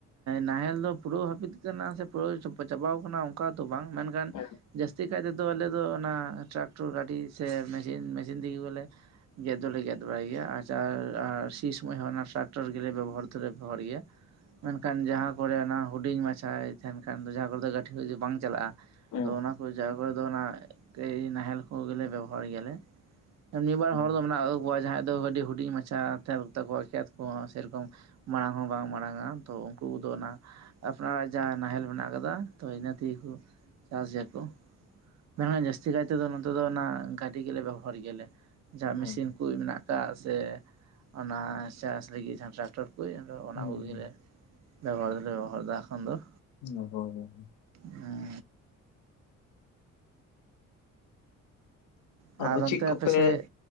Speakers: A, on the right; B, on the left.
A: ᱱᱟᱦᱮᱞ ᱫᱚ ᱯᱩᱨᱟᱹᱣ ᱦᱟᱹᱯᱤᱫ ᱠᱟᱱᱟ ᱥᱮ ᱯᱩᱨᱟᱹᱣ ᱪᱟᱵᱟ ᱟᱠᱟᱱᱟ ᱚᱠᱟ ᱫᱚ ᱵᱟᱝ ᱢᱮᱱᱠᱷᱟᱱ
B: ᱦᱮᱸ
A: ᱡᱟᱹᱥᱛᱤ ᱪᱤᱠᱟᱭ ᱛᱮᱫᱚ ᱟᱞᱮ ᱫᱚ ᱚᱱᱟ ᱴᱨᱟᱠᱴᱚᱨ ᱜᱟᱹᱰᱤ ᱥᱮ ᱢᱮᱥᱤᱱ ᱢᱮᱥᱤᱱ ᱛᱮᱜᱮ ᱵᱚᱞᱮ ᱜᱮᱫ ᱫᱚᱞᱮ ᱜᱮᱫ ᱵᱟᱲᱟᱭ ᱜᱮᱭᱟ ᱟᱪᱟ ᱟᱨ ᱤᱝ ᱥᱚᱢᱚᱭ ᱦᱚᱸ ᱚᱱᱟ ᱴᱨᱟᱠᱴᱚᱨ ᱜᱮᱞᱮ ᱵᱮᱵᱚᱦᱟᱨ ᱫᱚᱞᱮ ᱵᱮᱵᱚᱦᱟᱨ ᱜᱮᱭᱟ ᱢᱮᱱᱠᱷᱟᱱ ᱡᱟᱦᱟᱸ ᱛᱟᱯᱚᱨᱮ ᱚᱱᱟ ᱦᱩᱰᱤᱧ ᱢᱟᱪᱷᱟ ᱛᱟᱦᱮᱱ ᱠᱷᱟᱱ ᱫᱚ ᱡᱟᱦᱟᱸ ᱠᱚᱨᱮ ᱫᱚ ᱜᱟᱹᱴᱷᱤ ᱠᱚ ᱵᱟᱝ ᱪᱟᱞᱟᱜᱼᱟ
B: ᱦᱮᱸ
A: ᱛᱚ ᱚᱱᱟ ᱠᱚᱨᱮ ᱡᱟᱭᱦᱳᱠ ᱦᱳᱭ ᱫᱚ ᱚᱱᱟ ᱜᱟ. ᱭ ᱱᱟᱦᱮᱞ ᱠᱚᱜᱮᱞᱮ ᱵᱮᱵᱚᱦᱟᱨ ᱜᱮᱭᱟᱞᱮ ᱱᱤᱭᱟᱹᱵᱟᱨ
B: ᱦᱮᱸ
A: ᱦᱚᱲ ᱫᱚ ᱚᱱᱟ ᱟᱵᱚᱣᱟᱜ ᱡᱟᱦᱟᱸᱭ ᱫᱚ ᱟᱹᱰᱤ ᱦᱩᱰᱤᱧ ᱢᱟᱪᱷᱟ <unintelligible> ᱠᱷᱮᱛ ᱠᱚᱦᱚᱸ ᱥᱮᱨᱚᱠᱚᱢ ᱢᱟᱲᱟᱝ ᱦᱚᱸ ᱵᱟᱝ ᱢᱟᱲᱟᱝᱟ ᱛᱚ ᱩᱱᱠᱩ ᱠᱚᱫᱚ ᱚᱱᱟ ᱟᱯᱱᱟᱨᱟᱜ ᱡᱟᱦᱟᱸ ᱱᱟᱦᱮᱞ ᱢᱮᱱᱟᱜ ᱟᱠᱟᱫᱟ ᱛᱚ ᱤᱱᱟᱹ ᱛᱮᱜᱮᱠᱚ ᱪᱟᱥ ᱜᱮᱭᱟᱠᱚ ᱢᱮᱱᱠᱷᱟᱱ ᱡᱟᱹᱥᱛᱤ ᱠᱟᱭ ᱛᱮᱫᱚ ᱱᱚᱛᱮ ᱫᱚ ᱚᱱᱟ ᱜᱟᱹᱰᱤ ᱜᱮᱞᱮ ᱵᱮᱵᱚᱦᱟᱨ ᱜᱮᱭᱟᱞᱮ ᱡᱟᱦᱟᱸ ᱢᱮᱥᱤᱱ
B: ᱦᱮᱸ
A: ᱠᱚ ᱢᱮᱱᱟᱜ ᱟᱠᱟᱜ ᱥᱮ ᱚᱱᱟ ᱪᱟᱥ ᱞᱟᱹᱜᱤᱫ ᱡᱟᱦᱟᱸ ᱴᱨᱟᱠᱴᱚᱨ ᱠᱚ ᱟᱫᱚ ᱚᱱᱟ
B: ᱦᱩᱸ
A: ᱠᱚᱜᱮᱞᱮ ᱵᱮᱵᱚᱦᱟᱨ ᱫᱚᱞᱮ ᱵᱮᱵᱚᱦᱟᱨᱫᱟ ᱮᱠᱷᱚᱱ ᱫᱚ
B: <unintelligible>
A: ᱦᱮᱸ <inaudible> ᱟᱨ
B: ᱟᱫᱚ
A: ᱚᱱᱛᱮ
B: ᱪᱮᱫ ᱠᱚᱯᱮ,
A: ᱟᱯᱮᱥᱮᱫ